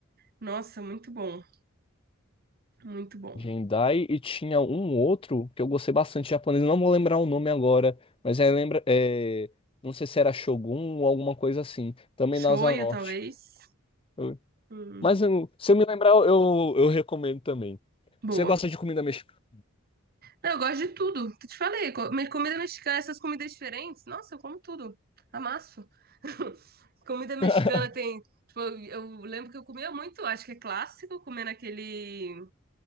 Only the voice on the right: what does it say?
Nossa, muito bom. Muito bom.
Shoyu,
talvez.
Hum,
boa.
Eu gosto de tudo. Te falei, co- mas comida mexicana, essas comidas diferentes, nossa, eu como tudo. Amasso. <laughs> Comida mexicana
tem. Tipo, eu eu lembro que eu comia muito, acho que é clássico, comendo aquele.